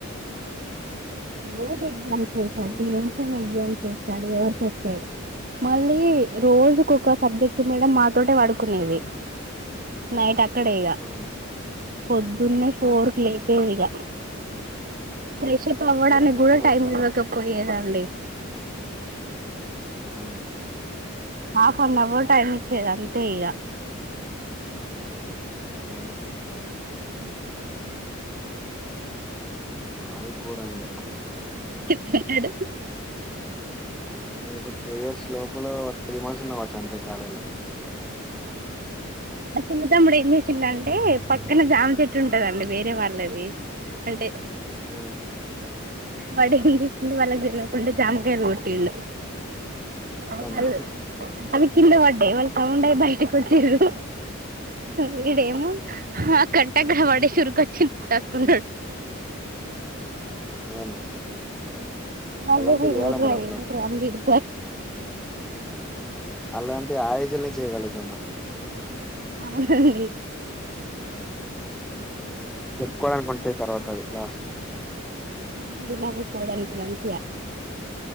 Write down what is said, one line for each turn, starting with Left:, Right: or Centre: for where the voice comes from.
Right: బోర్డ్ ఎగ్జామ్స్ అయితే <unintelligible>
Centre: అవునా
Right: టెన్షన్ ఏందో చేస్తాడు ఎవరికి వస్తే మళ్ళీ రోజుకొక సబ్జెక్ట్ మేడం మాతోటే వడుకునేది. నైట్ అ క్కడే ఇగ
Centre: అవునా
Right: పొద్దున్నే ఫోర్
Centre: ఓహో
Right: కు లేపేది ఇగ ఫ్రెషప్ అవ్వడానికి
Centre: పొద్దున
Right: గూడ
Centre: ఫోర్
Right: టైమ్
Centre: క్లోజ్
Right: ఉండక పోయేది ఆడ అండి
Centre: అవునా
Right: హాఫ్ అన్ అవర్ టైమ్ ఇచ్చేది అంతే ఇక
Centre: అవును
Right: హ
Centre: మావి కోర ఇంగా
Right: ఉన్నాడు
Centre: నెనొక ఒక టూ ఇయర్స్ లోపల త్రీ మంత్స్ ఉన్నా కావచ్చు అంతే కాలేజ్ ల.
Right: మా చిన్న తమ్ముడు ఏం చేసిండంటే పక్కన జామ చెట్టు ఉంటదండి వేరే వాళ్ళది, అంటే
Centre: ఆ
Right: వాడెంజేసిండు వాళ్ళక్దెల్వకుంట జాముకాయలు గొట్టిండు. అవు
Centre: అవునా
Right: మల్లి పల్లి కింద పడ్డయి వాళ్ళు సౌండయీ బయటికొచ్చిర్రు. వీడేమో హా కట్ ట్టేఅక్కడపడేషి ఉర్కొచ్చిండ్ టక్కున
Centre: అవునా
Right: మల్లపోయ్
Centre: అలాంటివి చేయాలి మరి అప్పుడప్పుడు
Right: <unintelligible> ఆమెంతిడ్
Centre: అలాంటియి ఆ ఏజిల్నే చేయగలుగుతాం మరి
Right: అవునండి
Centre: చెప్పుకోవడానుకుంటయ్ తర్వాత అవి లాస్ట్
Right: అవునండి నవ్వుకోడానికి మంచిగ